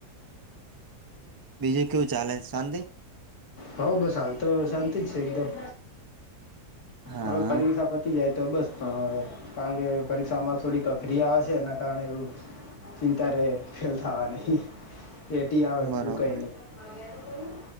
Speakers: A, on the right; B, on the left.
A: બીજું કેવું ચાલેન્ છે. શાંદિ
B: હઉ બસ હાલ તો શાંતિ જ છે. એકદમ
A: હા
B: હવે પરીક્ષા તી જાય તો બસ પણ હવે કારણ કે પરીક્ષામાં થોડીક અક્રિયા હ છે. એના કારણે એવું ચિંતા રે ફેલ થવા નહ એટી આવે
A: બરોબર
B: બીજું કઈ નઈ આગ્યાું